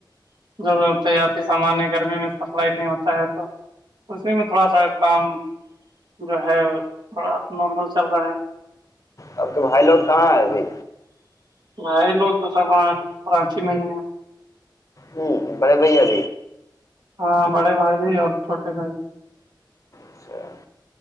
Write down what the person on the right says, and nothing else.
جو تجارتی سامان ہے گرمی میں سپلائی نہیں ہوتا ہے تو اسی میں اپ س <unintelligible> کام جو ہے تھوڑا نارمل چل رہا ہے
ن لوگ تو سب کراچی میں ہی ہیں
ہاں بڑے بھائی جی اور چھوٹے بھائی ج